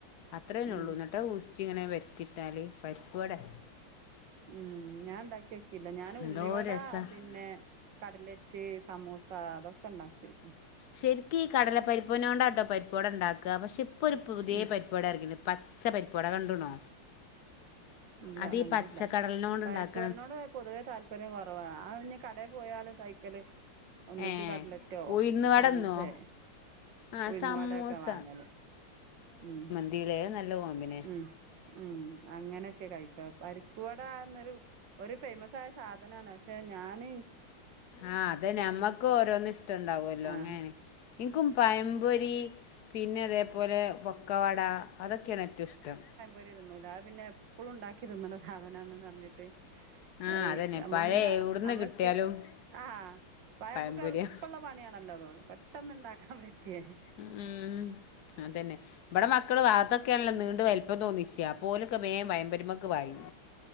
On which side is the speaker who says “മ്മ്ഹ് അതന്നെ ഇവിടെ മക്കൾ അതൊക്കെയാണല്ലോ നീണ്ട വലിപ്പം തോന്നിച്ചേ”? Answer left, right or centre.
Left